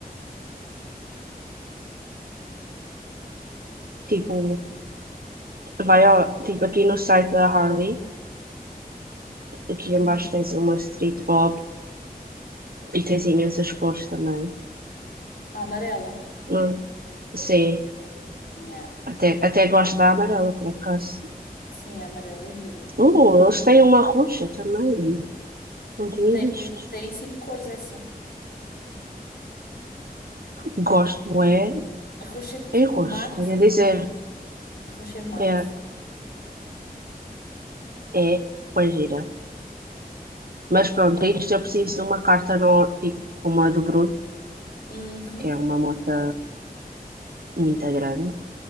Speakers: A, on the right (about 70°); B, on the left (about 80°).
A: Tipo, vai ao, tipo aqui no site da Harley, aqui
B: Uhum.
A: em baixo tens uma Street Bob e tens imensas cores também.
B: A amarela.
A: Não- sim,
B: Yeah.
A: até, até gosto da amarela, por acaso.
B: Sim, a amarela é gira.
A: Uh, eles têm uma roxa também. Não tinha
B: Tem,
A: visto.
B: tem cinco cores essa.
A: Gosto é
B: A roxa é tipo
A: em roxo,
B: mate.
A: tenho a dizer.
B: A roxa é mate.
A: É, é, pois gira. Mas pronto, isto eu preciso de uma carta no, tipo, uma do Bruno,
B: Uhum.
A: que é uma moto muito grande.